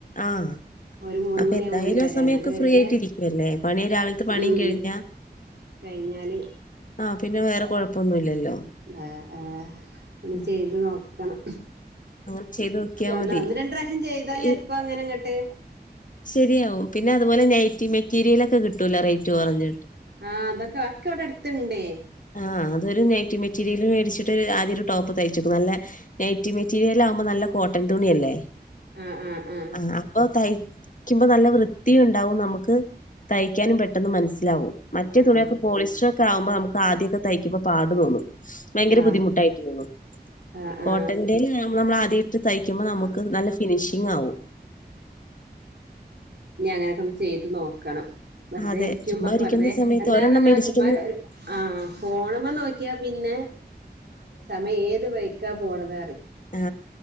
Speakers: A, on the left (about 50°); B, on the right (about 75°).
A: ആഹ്
B: ഒരു മൂന്ന്
A: അതെ
B: മണിയാവും
A: എന്തായാലും
B: ഓന് വരാൻ
A: ആ സമയൊക്കെ
B: അതുവരെ
A: ഫ്രീയായിട്ടിരിക്കു അല്ലേ പണി രാവിലത്തെ പണിം
B: ഉം
A: കഴിഞ്ഞ
B: കഴിഞ്ഞാല്
A: അപ്പം പിന്നെ വേറെ കൊഴപ്പൊന്നുല്ലല്ലോ
B: ആ ആ ഇനി
A: ഉം
B: ചെയ്ത് നോക്കണം
A: അങ്ങനെ ചെയ്ത് നോക്കിയാ
B: ഒ
A: മതി
B: ഒന്ന് രണ്ട്രാശ്യം ചെയ്താ ചെലപ്പോ
A: ഈ
B: അങ്ങനെ ഇങ്ങട്ട്
A: ശരിയാവും പിന്നെ അത്പോലെ നൈറ്റി മെറ്റീരിയലൊക്കെ കിട്ടൂല റേറ്റ് കൊറഞ്ഞ
B: ആ അതൊക്കെ ഒക്കെ ഇവടെ അട്ത്ത്ണ്ടേ
A: ആ അതൊരു നൈറ്റി മെറ്റീരിയൽ വേടിച്ചിട്ട് ആദ്യാരു ടോപ്പ് തയ്ച്ചോക്ക് നല്ല നൈറ്റ് മെറ്റീരിയൽ ആവുമ്പോ നല്ല കോട്ടൻ തുണിയല്ലേ
B: ആഹ് ആഹ് ആഹ്
A: ആ അപ്പൊ തയി ക്ക്യുമ്പോ നല്ല വൃത്തി ഉണ്ടാവും നമുക്ക് തയ്ക്കാനും പെട്ടെന്ന് മനസ്സി ലവും മറ്റ തുണിയൊക്കെ
B: ആഹ് ആഹ്
A: പോളിസ്റ്റർ ലാവും മറ്റേ തുണിയൊക്കെ പോളിസ്റ്ററൊക്കെ ആവുമ്പോ നമുക്ക് ആദ്യൊക്കെ തയ്ക്കുമ്പോ പാട് തോന്നും ഭയങ്കര
B: ആഹ്
A: ബുദ്ധിമുട്ടായിട്ട് തോന്നും
B: ആഹ്
A: കോട്ടന്റെലാ നമ്മളാദ്യ യിട്ട് തയ്ക്കുമ്പോ നമുക്ക്
B: ആഹ്
A: നല്ല ഫിനിഷിങ്ങാവും
B: ഇഞ്ഞ് അങ്ങനെക്കെ ഒന്ന് ചെയ്ത് നോക്കണം വെറുതെ
A: അതെ
B: ഇരിക്കുമ്പൊക്കെ
A: ചുമ്മാ ഇരിക്കുന്ന
B: വെറുതെ
A: സമയത്ത്
B: എന്താണ്
A: ഒരെണ്ണം
B: എന്നാ
A: മേടിച്ചിട്ടൊന്ന്
B: ചുമ്മാ ആ ഫോൺമ്മ നോക്കിയാ പിന്നെ സമയം ഏത് വഴിക്കാ പോണത
A: ആ